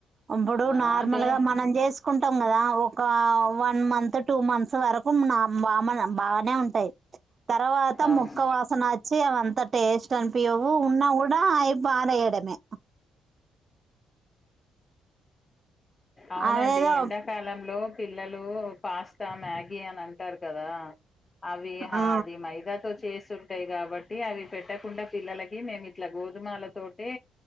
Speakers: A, on the right (about 40°); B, on the left (about 25°).
A: అబ్బుడు
B: ఆ
A: నార్మల్
B: అంటే
A: గా మనం జేసుకుంటాం గద ఒకా వన్ మంత్ టూ మంత్స్ వరకు నా బామ్మన బానే ఉంటాయ్ తర్వాత
B: అవును
A: ముక్క వాసన వచ్చి అవంత టేస్ట్ అనిపియ్యవు ఉన్నా గూడా అయి పారేయడమే
B: అవునండి
A: అదేదో
B: ఎండాకాలంలో పిల్లలు పాస్తా మ్యాగీ అని అంటారు కదా అవి హ
A: ఆ
B: అది మైదాతో చేసుం టాయ్ గాబట్టి అవి పెట్టకుండా పిల్లలకి నేను ఇట్లా గోధుమాల తోటే